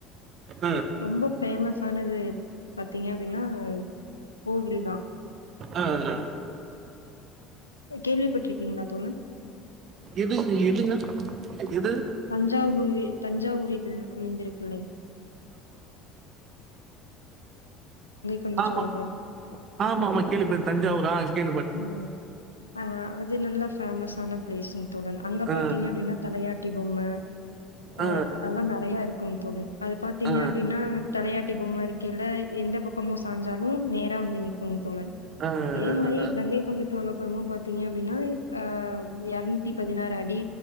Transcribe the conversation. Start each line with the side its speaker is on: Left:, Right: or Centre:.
Right: அ,
Left: ரொம்ப ஃபெமஸ் ஆனது பாத்தீங்க அப்படின்னா கோவில் தா
Right: அ, அ.
Left: கேள்விப்பட்டிருக்கீங்களா தோழன்
Right: எது எதுங்க? எது?
Left: தஞ்சாவூரி தஞ்சாவூர் ல் அமைந்திருக்குலைங் கொண்ட
Right: ஆம்மா
Left: சோழபுரம்
Right: ஆம்மா மா கேள்விப்பட் தஞ்சாவூர் ஆ கே
Left: ஒ ஆஹ் அது நல்ல ஃபேமஸான பிளேஸ்ங் தோழன் அங்க
Right: அ,
Left: பாத்தீங்க அப்டின்னா தலையாட்டி பொம்மை
Right: அ, அ,
Left: அது அதெல்லா நறைய இருக் கும் தோழன் அது பாத்தீங்க
Right: அ,
Left: அப்டின்னா தலையாட் டி பொம்ம இருக்கேல்ல எந்த பக்கமும் சாஞ்சாலு நேரா வந்து நிக்கு தோழன்
Right: அ, அ,
Left: அதே மாரி கங்கைக் கொண்ட சோழபுரமு பாத்தீங்க அப்டின்னா ஆஹ் எரநூத்திப் பதினாறு அடி